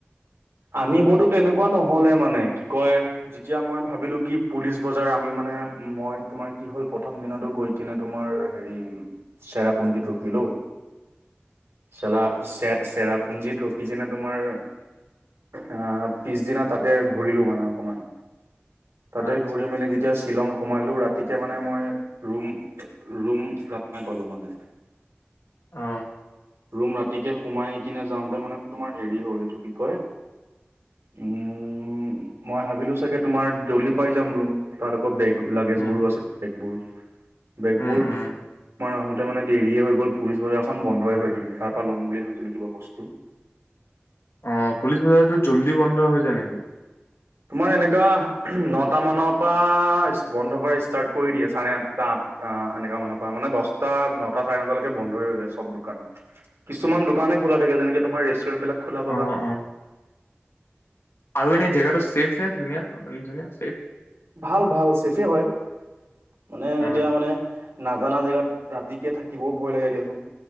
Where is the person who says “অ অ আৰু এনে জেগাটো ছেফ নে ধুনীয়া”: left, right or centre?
Left